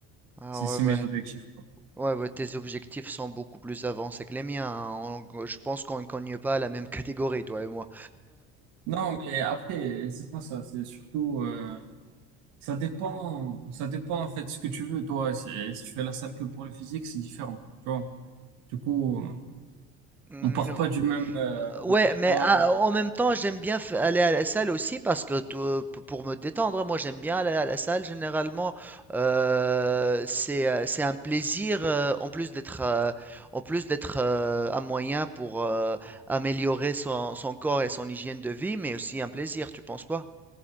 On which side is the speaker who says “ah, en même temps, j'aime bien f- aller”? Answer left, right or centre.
Centre